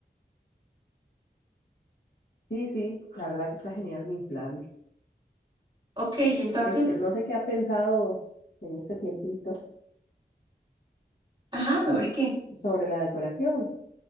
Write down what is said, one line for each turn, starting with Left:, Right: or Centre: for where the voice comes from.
Left: Sí, sí, la verdad que está genial mi inflable.
Right: Ok, entonces,
Left: Este, no sé qué ha pensado en este tiempito
Right: ajá, ¿sobre qué?
Left: sobre la decoración.